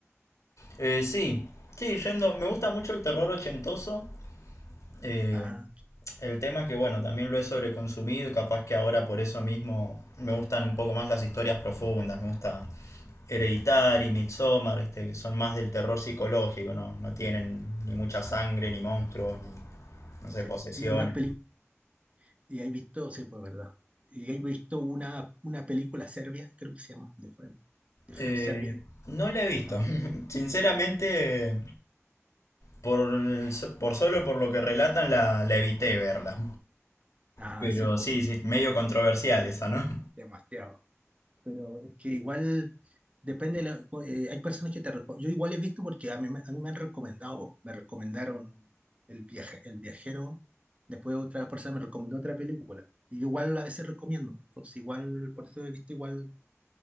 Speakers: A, on the left; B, on the right.
A: Eh, sí, sí, yendo, me gusta mucho el terror ochentoso Eh,
B: Ah,
A: el tema es que, bueno, también lo he sobreconsumido y capaz que ahora por eso mismo me gustan un poco más las historias profundas. Me gusta Hereditary, Midsommar, ¿viste? que son más del terror psicológico, ¿no? No tienen ni mucha sangre, ni monstruos, ni, no sé,
B: sí.
A: posesiones.
B: Y una película, y hay visto, sí, pues verdad. Y hay visto una, una película serbia, creo que se llama, de, Fer- de Fer
A: Eh,
B: Serbia,
A: no la he visto.
B: ¿no?
A: <laughs> Sinceramente, por, el- por solo por lo que relatan, la, la evité verla.
B: Ah,
A: Pero
B: sí, bueno,
A: sí, sí, medio controversial esa, ¿no?
B: demasiado. pero es que igual depende, de la- eh, hay personas que te reco- Yo igual he visto porque a mí, me- a mí me han recomendado, me recomendaron el viaje, el viajero, después otra persona me recomendó otra película. Y igual a veces recomiendo, entonces igual, por eso he visto igual